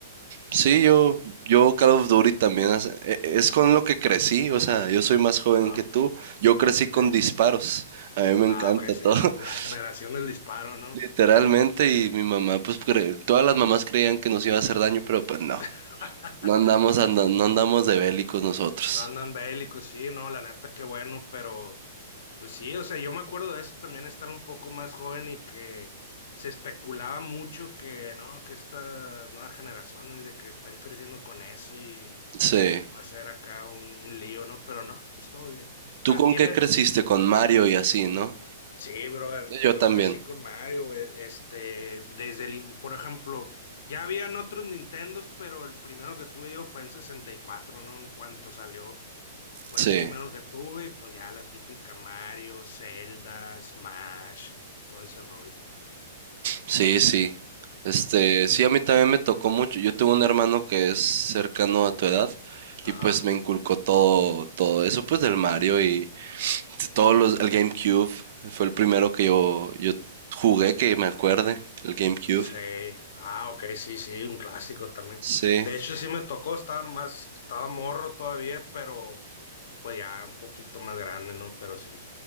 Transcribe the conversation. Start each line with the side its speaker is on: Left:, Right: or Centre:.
Right: Sí, yo, yo Call of Duty también hace- e- es con lo que crecí, o sea, yo soy más joven
Left: Ajá,
Right: que tú, yo crecí con
Left: sí.
Right: disparos, a mí me
Left: Ah,
Right: encanta
Left: ok, sí.
Right: todo, <laughs>
Left: La generación del disparo, ¿no?
Right: literalmente, y mi mamá, pues cre- todas las mamás creían que nos iba a hacer daño, pero pues no,
Left: <laughs>
Right: no andamos, anda- no andamos de bélicos nosotros.
Left: No andan bélicos, sí, no, la neta, qué bueno, pero pues sí, o sea, yo me acuerdo de eso también, estar un poco más joven y que se especulaba mucho que, no, que estas nuevas generaciones, de que están creciendo con eso y
Right: Sí,
Left: va a ser acá un, un lío, ¿no? Pero no, pues todo bien.
Right: ¿tú
Left: La
Right: con
Left: tiene,
Right: qué creciste? Con Mario y así, ¿no?
Left: sí, brother,
Right: Yo
Left: yo
Right: también,
Left: crecí con Mario, güey, este, desde el, in- por ejemplo, ya habían otros Nintendos, pero el primero que tuve yo fue el 64, ¿no? En cuanto salió, fue
Right: sí.
Left: el primero que tuve y pues ya la típica Mario, Zelda, Smash, y todo ese rollo, ¿no?
Right: Sí, sí. Este, sí, a mí también me tocó mucho. Yo tuve un hermano que es cercano a tu edad
Left: Ajá.
Right: y pues me inculcó todo, todo eso pues del Mario y todos los, el GameCube. Fue el primero que yo, yo jugué que me acuerde, el GameCube.
Left: Sí, ah, ok, sí, sí, un clásico también.
Right: Sí,
Left: De hecho, sí me tocó, estaba más, estaba morro todavía, pero pues ya un poquito más grande, ¿no? Pero sí,